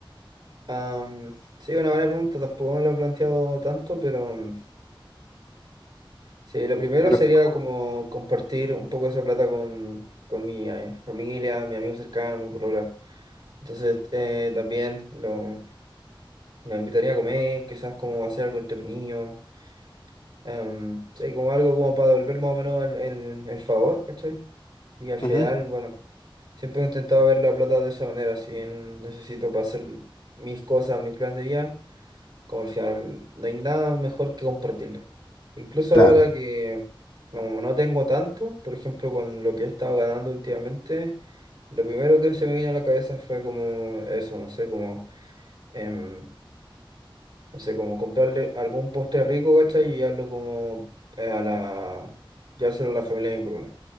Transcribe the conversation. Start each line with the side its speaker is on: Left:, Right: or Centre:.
Right: am, sí, una buena pregunta, tampoco me lo he planteado tanto, pero mm, sí, lo primero
Left: Pero
Right: sería
Left: es como-
Right: como compartir un poco esa plata con, con mi eh, familia, mi amigo cercano, mi polola. Entonces, eh, también lo, lo invitaría a comer, quizás como hacer algo entretenido, Em, sí, como algo como para devolver más o menos el, el, el favor, ¿cachai? Y al final,
Left: Ujú,
Right: bueno, siempre he intentado ver la plata de esa manera, si bien necesito para hacer mis cosas, mis planes de vida, como al final no hay nada mejor que compartirla. Incluso
Left: Claro,
Right: ahora que como no tengo tanto, por ejemplo, con lo que he estado ganando últimamente, lo primero que se me vino a la cabeza fue como eso, no sé, como em, no sé, como comprarle algún postre rico, ¿cachai? Y darlo como eh, a la... Llevárselo a la familia de mi problema.